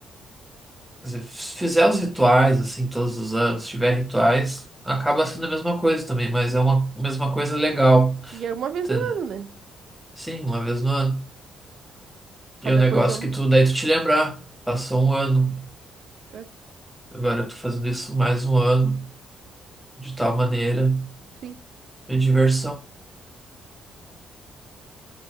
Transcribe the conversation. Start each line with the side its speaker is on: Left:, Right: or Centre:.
Centre: quer dizer, se fizer os rituais, assim, todos os anos, se tiver rituais, acaba sendo a mesma coisa também, mas é uma mesma coisa legal,
Right: E é uma vez
Centre: entendeu?
Right: no ano, né?
Centre: Sim, uma vez no ano.
Right: Cada
Centre: E o negócio
Right: coisa é uma.
Centre: que tu, daí tu te lembrar, passou um ano.
Right: né?
Centre: Agora eu tô fazendo isso mais um ano, de tal maneira,
Right: Sim,
Centre: é diversão.